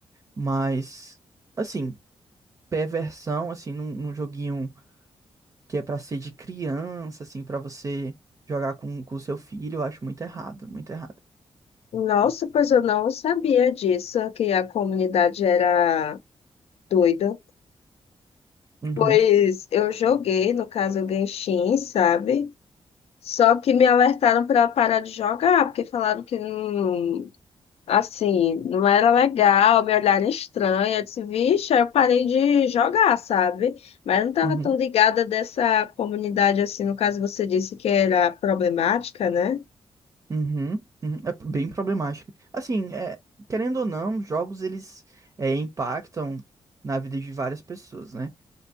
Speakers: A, on the right; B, on the left.
A: Mas, assim, perversão, assim, num, num joguinho que é pra ser de criança, assim, pra você jogar com com o seu filho, eu acho muito errado, muito errado.
B: Nossa, pois eu não sabia disso, que a comunidade era doida.
A: Uhum,
B: Pois eu joguei, no caso, o Genshin, sabe? Só que me alertaram para parar de jogar, porque falaram que não, Assim, não era legal, me olharem estranha. Eu disse, vixe, aí eu parei de jogar, sabe? Mas eu não estava
A: uhum.
B: tão ligada dessa comunidade assim, no caso você disse que era problemática, né?
A: Uhum, uhum, é bem problemática. Assim, é, querendo ou não, jogos eles é, impactam na vida de várias pessoas, né?